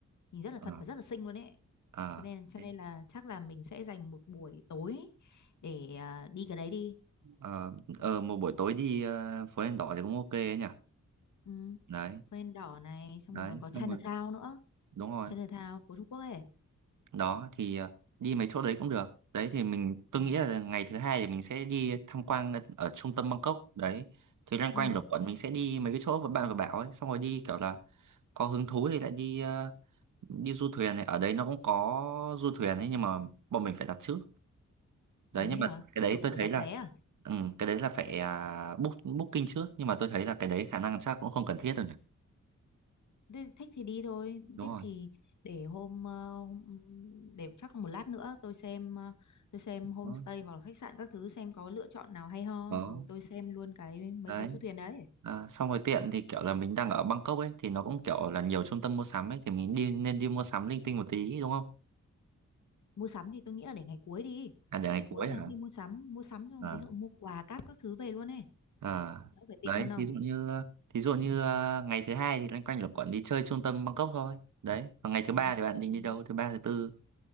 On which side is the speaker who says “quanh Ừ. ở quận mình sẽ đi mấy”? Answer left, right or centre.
Right